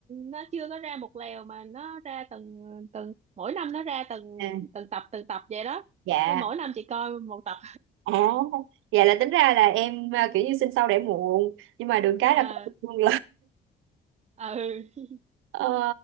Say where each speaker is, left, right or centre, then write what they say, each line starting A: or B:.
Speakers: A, on the right; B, on the right.
A: nó chưa có ra một lèo mà nó ra từng từng mỗi năm nó ra từng
B: à,
A: từng tập từng tập vậy đó
B: dạ
A: thế mỗi năm chị coi một tập
B: à, <laughs> dạ là tính ra là em à, kiểu như sinh sau đẻ muộn nhưng mà được cái
A: à
B: là có được luôn
A: ừ
B: Ờ,